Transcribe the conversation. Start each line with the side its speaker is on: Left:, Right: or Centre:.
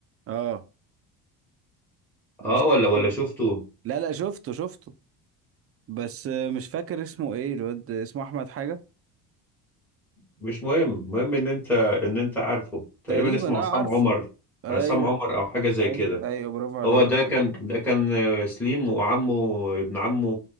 Right: اه مش
Centre: اه ولا
Right: فاكر
Centre: ولا شفته
Right: لا لا شفته شفته بس مش فاكر اسمه ايه الواد اسمه احمد حاجه
Centre: مش مهم المهم ان انت ان انت عارفه تقريبا
Right: تقريبا
Centre: اسمه
Right: انا
Centre: عصام
Right: عارفه
Centre: عمر
Right: ايوه
Centre: عصام عمر او حاجه زي
Right: ايوه
Centre: كده
Right: ايوه برافو عليك
Centre: هو ده كان ده كان آه، سليم وعمه ابن عمه